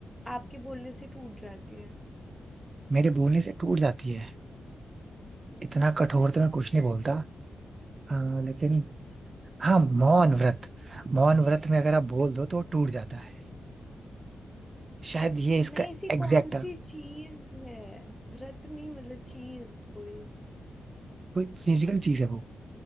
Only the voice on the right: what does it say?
मेरे बोलने से टूट जाती है
इतना कठोर तो मैं कुछ नहीं बोलता हाँ, लेकिन हाँ मौन व्रत मौन व्रत में अगर आप बोल दो तो वो टूट जाता है शायद ये इसका
एग्जैक्ट
कोई फिजिकल चीज है वो